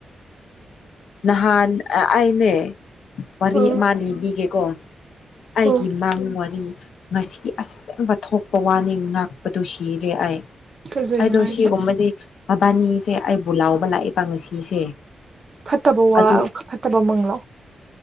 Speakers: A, on the left; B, on the right.
A: ꯅꯍꯥꯟ ꯑꯩꯅꯦ ꯋꯥꯔꯤ
B: ꯎꯝ
A: ꯑꯃ ꯂꯤꯕꯤꯒꯦꯀꯣ ꯑꯩꯒꯤ
B: ꯎꯝ
A: ꯃꯥꯡ ꯋꯥꯔꯤ ꯉꯁꯤꯒꯤ ꯑꯆ‌ꯦꯡꯕ ꯊꯣꯛꯄ ꯋꯥꯅꯤ ꯉꯥꯛꯄꯗꯨ ꯁꯤꯔꯦ ꯑꯩ
B: ꯀꯩꯗꯩꯅꯣ
A: ꯑꯩꯗꯣ
B: ꯍꯥꯏꯁꯦ
A: ꯁꯤꯒꯨꯝꯕꯗꯤ ꯃꯕꯥꯅꯤꯁꯦ ꯑꯩꯕꯨ ꯂꯥꯎꯕ ꯂꯥꯛꯑ‌ꯦꯕ ꯉꯁꯤꯁꯦ
B: ꯐꯠꯇꯕ
A: ꯑꯗꯨ
B: ꯋꯥꯔꫭ ꯐꯠꯇꯕ ꯃꯪꯪꯂꯣ